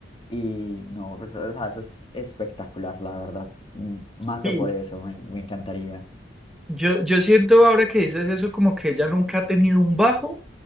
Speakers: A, on the left (about 30°); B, in the centre.
A: y no, pues, o sea, eso es espectacular, la verdad. mm, Mato
B: sí.
A: por eso, me, me encantaría.
B: Yo, yo siento ahora que dices eso como que ella nunca ha tenido un bajo.